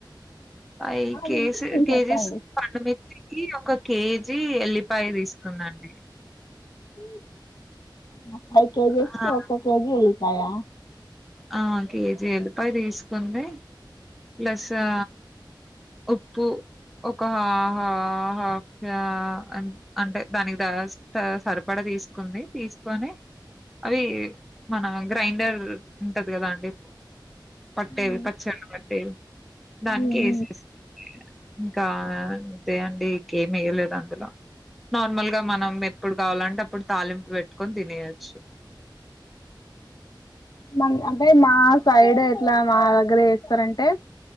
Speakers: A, in the centre; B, on the left.
A: పై
B: ఆ,
A: కేస్
B: వినిపిస్తుంది
A: కేజీస్
B: చెప్పండి
A: పండుమిర్చికి ఒక కేజీ ఎల్లిపాయ్ తీసుకుందండి
B: ఉమ్ ఆ ఫై కేజేస్కి
A: ఆ
B: ఒక్క కేజి ఎల్లిపాయా
A: ఆ కేజీ ఎల్లిపాయ్ తీసుకుంది ప్లసా ఉప్పు ఒక హ హ హ ఆ హ ఫ్ అన్ అంటే దానికి త సరిపడా తీసుకుంది తీసుకొని అవి మన గ్రైండర్ టది కదా అండి పట్టేవి
B: ఉ
A: పచ్చళ్లు పట్టేవి దానికి
B: ఉ
A: ఎసేస్
B: ఉ
A: ఇంకా తే అండి ఇంకేం ఎయలేదు అందులో నార్మల్ గా మనం ఎప్పుడు కావాలంటే అప్పుడు తాలింపు పెట్టుకొని తినేయచ్చు.
B: అన్ అంటే మా సైడ్ ఎట్లా మా దగ్గర ఎస్తరంటే